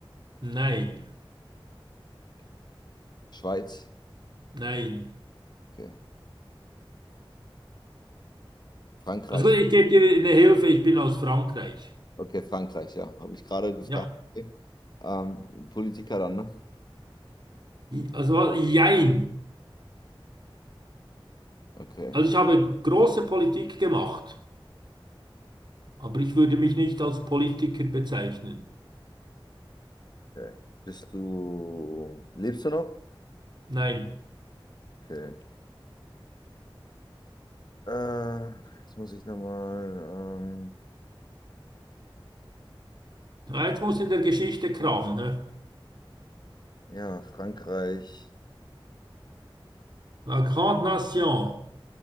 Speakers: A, on the right; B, on the left.
A: nein,
B: Okay. Schweiz?
A: nein.
B: Okay. Frankreich?
A: Also gut, ich gebe dir eine Hilfe, ich bin aus Frankreich.
B: Okay, Frankreich, ja. Habe ich gerade gefragt.
A: Ja,
B: Okay. Ähm, Politiker dann, ne?
A: also jein.
B: Okay.
A: Also ich habe große Politik gemacht, aber ich würde mich nicht als Politiker bezeichnen.
B: Okay. Bist du, lebst du noch?
A: Nein.
B: Okay. Äh, jetzt muss ich nochmal. Ähm,
A: Ah, Jetzt muss in der Geschichte kramen. Ne?
B: ja, Frankreich.
A: La Grande Nation.